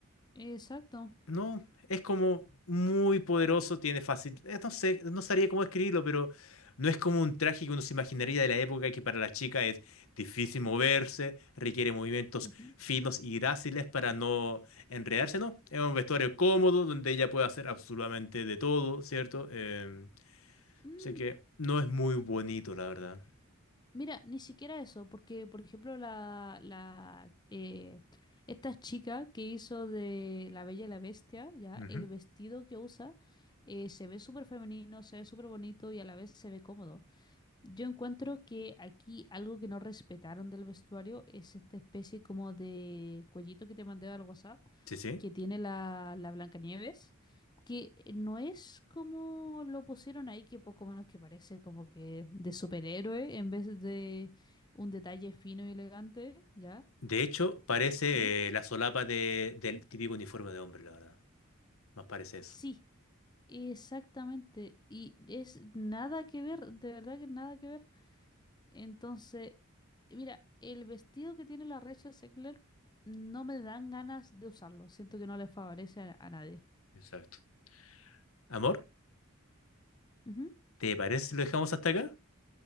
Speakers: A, on the left; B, on the left.
A: Exacto.
B: No, es como muy poderoso, tiene fácil. eh, No sé, no sabría cómo escribirlo, pero no es como un traje que uno se imaginaría de la época que para la chica es difícil moverse, requiere movimientos
A: Ujú.
B: finos y gráciles para no enredarse, ¿no? Es un vestuario cómodo donde ella puede hacer absolutamente de todo, ¿cierto? Em,
A: Mm,
B: sé que no es muy bonito, la verdad.
A: Mira, ni siquiera eso, porque por ejemplo la, la eh, esta chica que hizo de La Bella y la Bestia, ya,
B: Ujú.
A: el vestido que usa eh, se ve súper femenino, se ve súper bonito y a la vez se ve cómodo. Yo encuentro que aquí algo que no respetaron del vestuario es esta especie como de cuellito que te mandé al WhatsApp,
B: Sí, sí.
A: que tiene la, la Blancanieves, que no es como lo pusieron ahí, que poco menos que parece como que de superhéroe en vez de un detalle fino y elegante, ¿ya?
B: De hecho, parece
A: ¿Mm?
B: eh, la solapa de- del típico uniforme de hombre, la verdad. Más parece
A: Sí,
B: eso.
A: exactamente. Y es nada que ver, de verdad que nada que ver. Entonces, mira, el vestido que tiene la Rachel Zegler no me dan ganas de usarlo. Siento que no le favorece a, a nadie.
B: Exacto. Amor,
A: Ujú.
B: ¿te parece si lo dejamos hasta acá?